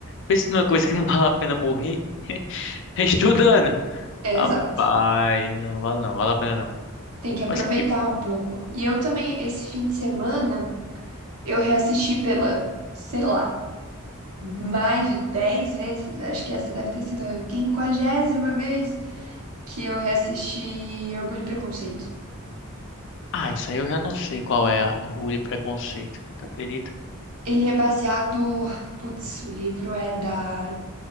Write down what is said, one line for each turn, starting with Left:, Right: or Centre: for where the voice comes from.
Left: pensa numa coisa que não vale a pena morrer. <laughs> Estudando.
Right: É,
Left: Rapaz,
Right: exato.
Left: não vale não, vale a pena não.
Right: Tem que aproveitar
Left: Mas que.
Right: um pouco. E eu também, esse fim de semana, eu reassisti pela, sei lá. mais de 10 vezes, acho que essa deve ter sido a quinquagésima vez que eu reassisti Orgulho e Preconceito.
Left: Ah, isso aí eu já não sei qual é a- o orgulho e preconceito. Tu acredita?
Right: Ele é baseado. Putz, o livro é da